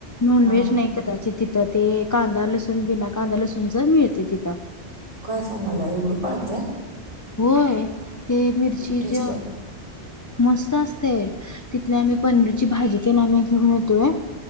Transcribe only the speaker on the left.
नॉन
व्हेज नाही कदाचित ती तर ते कांदा लसूण बिना कांदा लसूणच मिळते तिथं.
होय. ते मिरचीज
मस्त असतेय तिथल्या आम्ही, पनीरची भाजी तेन घेऊन येतोय.